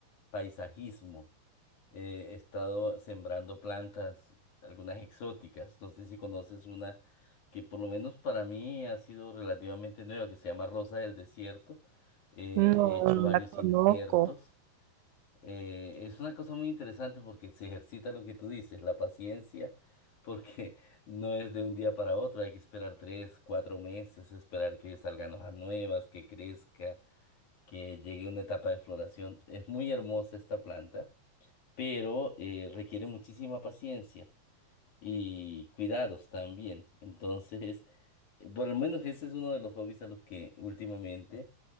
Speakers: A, on the left; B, on the right.
A: paisajismo, eh, he estado sembrando plantas, algunas exóticas, no sé si conoces una que por lo menos para mí ha sido relativamente nueva, que se llama Rosa del Desierto, eh,
B: No,
A: he hecho
B: no
A: varios
B: la conozco.
A: injertos eh, es una cosa muy interesante porque se ejercita lo que tú dices, la paciencia, porque <laughs> no es de un día para otro, hay que esperar tres, cuatro meses, esperar que salgan hojas nuevas, que crezca, que llegue una etapa de floración. Es muy hermosa esta planta, pero eh, requiere muchísima paciencia y cuidados también. Entonces, <laughs> eh, por lo menos ese es uno de los hobbies a los que últimamente